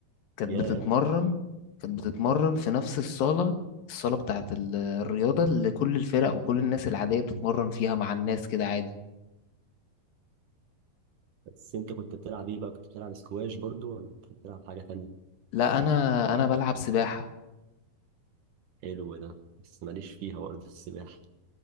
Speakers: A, on the left (about 70°); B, on the right (about 65°).
A: كانت
B: ياه
A: بتتمرن كانت بتتمرن في نفس الصالة الصالة بتاعة ال- الرياضة اللي كل الفرق وكل الناس العادية بتتمرن فيها مع الناس كده عادي
B: بس انت كنت بتلعب ايه بقى كنت بتلعب اسكواش برضو ولا كنت بتلعب حاجة تانية
A: لا أنا أنا بلعب سباحة
B: حلو ده بس ماليش فيها برضه السباحة